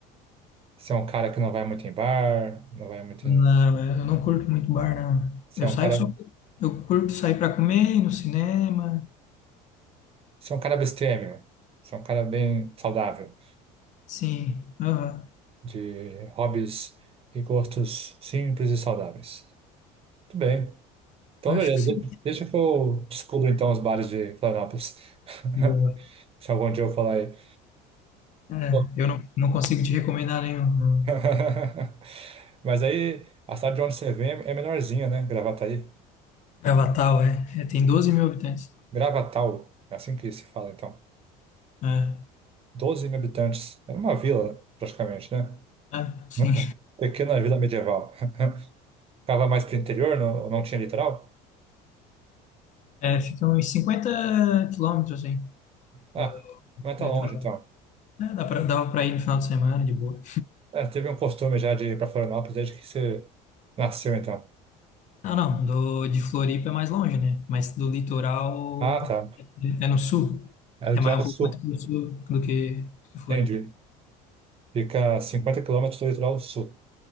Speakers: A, on the right; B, on the left.
A: Você é um cara que não vai muito em bar, não vai muito
B: Não,
A: em...
B: eu não curto muito bar, não.
A: Você
B: Eu
A: é um
B: saio
A: cara...
B: só. Eu curto sair para comer, ir no cinema.
A: Você é um cara abstêmio. Você é um cara bem saudável,
B: Sim, aham,
A: de hobbies e gostos simples e saudáveis. Tudo bem. Então,
B: acho
A: beleza,
B: que sim.
A: deixa, deixa que eu descubro então os bares de Florianópolis.
B: Boa.
A: <laughs> Se algum dia eu falar aí.
B: É,
A: Bom.
B: eu não, não consigo te recomendar nenhum. não.
A: <laughs> Mas aí, a cidade de onde você vem é menorzinha, né? Gravataí.
B: Gravatal, é, é. Tem doze mil habitantes.
A: Gravatal, é assim que se fala então.
B: É,
A: 12 mil habitantes. Era uma vila, praticamente, né?
B: é, sim.
A: <laughs> Pequena vila medieval. <laughs> Ficava mais para o interior, não, não tinha litoral?
B: É, fica uns 50 quilômetros, assim,
A: Ah,
B: do,
A: não é tão
B: do litoral.
A: longe então.
B: É, dá pra, dava pra ir no final de semana, de boa.
A: É, teve um costume já de ir para Florianópolis desde que você nasceu então.
B: Não, não, do, de Floripa é mais longe, né? Mas do litoral
A: Ah, tá.
B: é no sul.
A: É litoral
B: É mais, um pouco
A: sul.
B: mais pro sul do que, do que Floripa.
A: Entendi. Fica a 50 quilômetros do litoral sul.